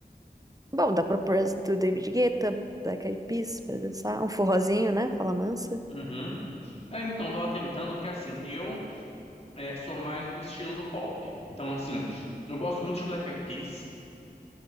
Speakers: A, on the right (about 20°); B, on the left (about 40°).
A: Bom, dá pra pôr as do David Guetta, Black Eyed Peas pra dançar. Um forrozinho, né? Fala mansa.
B: Uhum. É, então, tava tentando, porque assim, eu é, sou mais do estilo do pop. Então, assim, eu gosto muito de Black Eyed Peas.